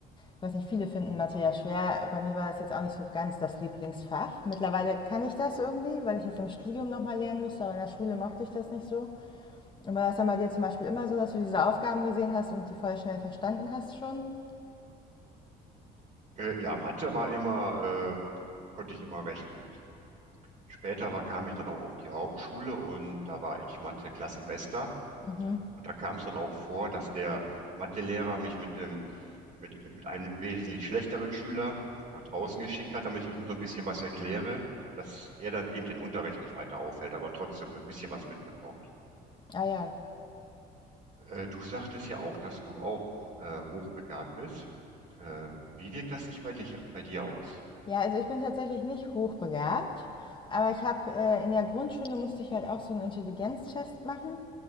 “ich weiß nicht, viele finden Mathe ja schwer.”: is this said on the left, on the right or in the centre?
Left